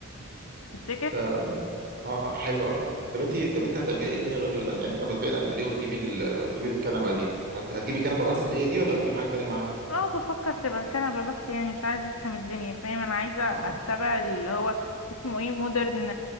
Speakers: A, on the left (about 75°); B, on the right (about 45°).
A: تفتكر
B: ف اه حلو قوي طب انت طب انت هتعملي ايه تاني غير ال... يعني انت لما تبيعي الانتريه وتجيبي ال... وتجيبي الكنبه دي هت... هتجيبي كنبه بس اللي هي دي ولا هتجيبي حاجه تانيه معاها
A: اه بفكر تبقى كنبه بس يعني مش عايزه اصحى من الدنيا فاهم انا عايزه اتبع
B: اه
A: اللي هو اسمه ايه مودرن